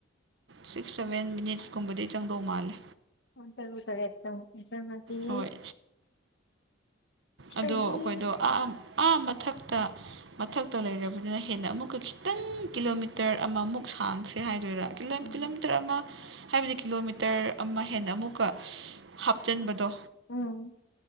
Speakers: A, on the right; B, on the left.
A: ꯁꯤꯛꯁ ꯁꯕꯦꯟ ꯃꯤꯅꯤꯠꯁ ꯀꯨꯝꯕꯗꯤ ꯆꯪꯗꯧ ꯃꯥꯜꯂꯦ
B: ꯄꯨꯡ ꯇꯔꯨꯛ ꯇꯔꯦꯠ ꯆꯪꯉꯗꯤ
A: ꯍꯣꯏ
B: ꯁꯤꯗꯒꯤ
A: ꯑꯗꯣ ꯑꯩꯈꯣꯏꯗꯣ ꯑꯥ ꯑꯥ
B: ꯑꯣ
A: ꯃꯊꯛ ꯇ ꯃꯊꯛꯇ ꯂꯩꯔꯕꯅꯤꯅ ꯍꯦꯟꯅ ꯑꯃꯨꯛꯀ ꯈꯤꯇꯪ ꯀꯤꯂꯣꯃꯤꯇꯔ ꯑꯃꯃꯨꯛ ꯁꯥꯡꯈ꯭ꯔꯦ ꯍꯥꯏꯗꯣꯏꯔꯥ
B: ꯎꯝ
A: ꯃꯤꯇꯔ ꯑꯃ ꯍꯥꯏꯕꯗꯤ ꯀꯤꯂꯣꯃꯤꯇꯔ ꯑꯃ ꯍꯦꯟꯅ ꯑꯃꯨꯛꯀ ꯍꯥꯞꯆꯟꯕꯗꯣ
B: ꯎꯝ